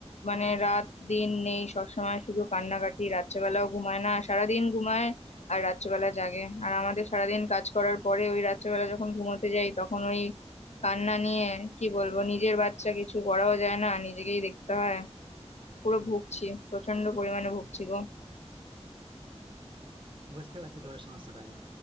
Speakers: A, on the left; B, on the right.
A: মানে রাত দিন নেই সবসময় শুধু কান্নাকাটি রাত্রেবেলাও ঘুমায় না সারাদিন ঘুমায় আর রাত্রেবেলা জাগে আর আমাদের সারাদিন কাজ করার পরে ওই রাত্রেবেলা যখন ঘুমোতে যাই তখন ওই কান্না নিয়ে কি বলবো নিজের বাচ্চা কিছু করাও যায় না নিজেকেই দেখতে হয় পুরো ভুগছি প্রচন্ড পরিমাণে ভুগছি গো
B: বুঝতে পারছি তোমার সমস্যাটা আমি